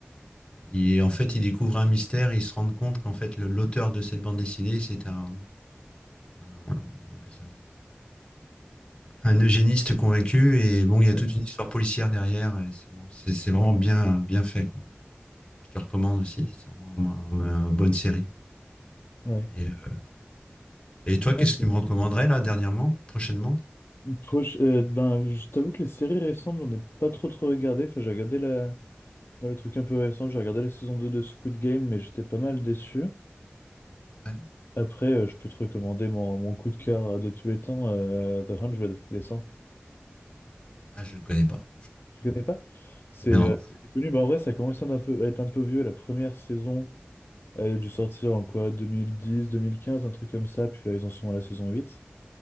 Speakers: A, on the left; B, on the left.
A: et en fait, il découvre un mystère et il se rend compte qu'en fait, le- l'auteur de cette bande dessinée, c'est un, un, comment on appelle ça un eugéniste convaincu. Et bon,
B: Ouais.
A: il y a toute une histoire policière derrière. et C'est bon, c'est c'est vraiment bien, bien fait, quoi. je te recommande aussi. C'est vraiment un- un- une bonne série.
B: Ouais.
A: Et, euh, et toi,
B: Ok.
A: qu'est-ce que tu me recommanderais là, dernièrement, prochainement?
B: Proche- euh, ben, je t'avoue que les séries récentes, j'en ai pas trop trop regardé. Enfin, j'ai regardé la... dans les trucs un peu récents, j'ai regardé la saison 2 de Squid Game, mais j'étais pas mal déçu.
A: Ouais.
B: Après, euh, je peux te recommander mon, mon coup de cœur de tous les temps, euh, The 100, les cent
A: Ah, je ne connais pas.
B: Tu connais pas? C'est
A: Non.
B: euh, c'est connu, mais en vrai, ça commence à être un peu, à être un peu vieux. La première saison, elle a dû sortir en quoi? Deux deux mille dix, deux mille quinze, un truc comme ça. Puis là, ils en sont à la saison 8.